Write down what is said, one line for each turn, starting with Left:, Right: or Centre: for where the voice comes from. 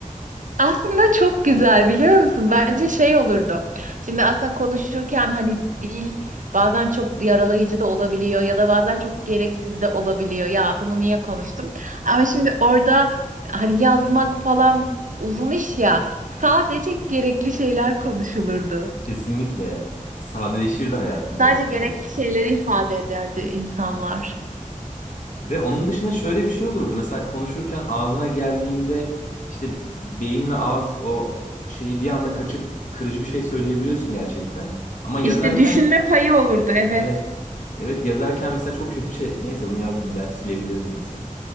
Right: Aslında çok güzel biliyor musun? Bence şey olurdu. Şimdi aslında konuşurken hani dil bazen çok yaralayıcı da olabiliyor ya da bazen çok gereksiz de olabiliyor. Ya bunu niye konuştum? Ama şimdi orada hani yazmak falan uzun iş ya. Sadece gerekli şeyler konuşulurdu.
Left: Kesinlikle sadeleşirdi hayatımız
Right: Sadece
Left: aslında.
Right: gerekli şeyleri ifade ederdi insanlar.
Left: Ve onun dışında şöyle bir şey olurdu. Mesela konuşurken ağzına geldiğinde işte beyin ve ağız o şeyi bir anda kaçıp kırıcı bir şey söyleyebiliyorsun gerçekten. Ama yazarken
Right: İşte düşünme payı olurdu evet.
Left: evet. Evet yazarken mesela çok kötü bir şey. Neyse bunu yazmayayım der silebilirdim mesela.